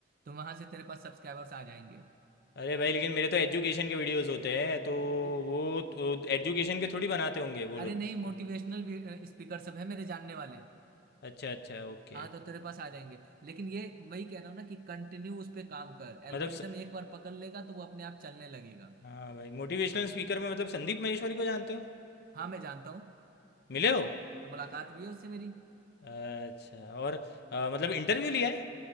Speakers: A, on the right; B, on the left.
A: तो वहां से तेरे पास सब्सक्राइबर्स आ जाएंगे
B: अरे भाई लेकिन मेरे तो एजुकेशन के वीडियोस होते हैं तो
A: अब वो-
B: वो तो एजुकेशन के थोड़ी बनाते होंगे वो
A: अरे
B: लोग
A: नहीं मोटिवेशनल स्पीकर सब है मेरे जानने वाले
B: अच्छा अच्छा ओके
A: हाँ तो तेरे पास आ जाएंगे लेकिन ये वही कह रहा हूँ ना कि कंटिन्यू उस पे काम कर एल्गोरिदम
B: मतलब स...
A: एक बार पकड़ लेगा तो वो अपने आप चलने लगेगा
B: हाँ भाई मोटिवेशनल स्पीकर में मतलब संदीप महेश्वरी को जानते हो
A: हाँ मैं जानता हूँ
B: मिले हो
A: मुलाकात भी है उससे मेरी
B: अच्छा और अ, मतलब इंटरव्यू लिया है